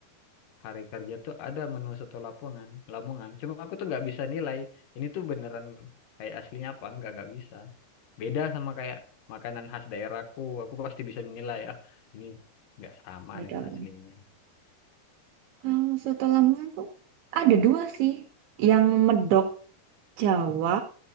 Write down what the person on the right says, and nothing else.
Nggak
Kalau soto Lamongan tuh ada dua sih. Yang medok Jawa